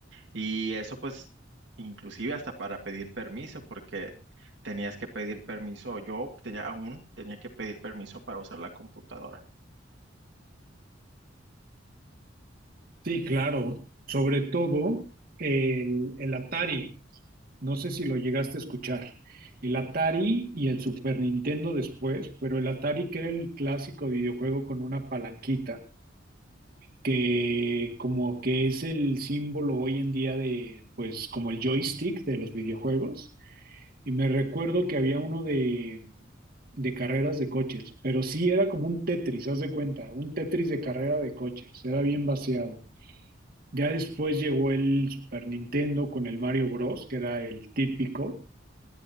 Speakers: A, on the right; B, on the right.
A: Y eso pues, inclusive hasta para pedir permiso, porque tenías que pedir permiso, yo tenía, aún tenía que pedir permiso para usar la computadora.
B: Sí, claro. Sobre todo el, el Atari. No sé si lo llegaste a escuchar. El Atari y el Super Nintendo después, pero el Atari que era el clásico videojuego con una palanquita, que como que es el símbolo hoy en día de, pues como el joystick de los videojuegos. Y me recuerdo que había uno de, de carreras de coches, pero sí era como un Tetris, haz de cuenta, un Tetris de carrera de coches, era bien vaciado. Ya después llegó el Super Nintendo con el Mario Bros, que era el típico,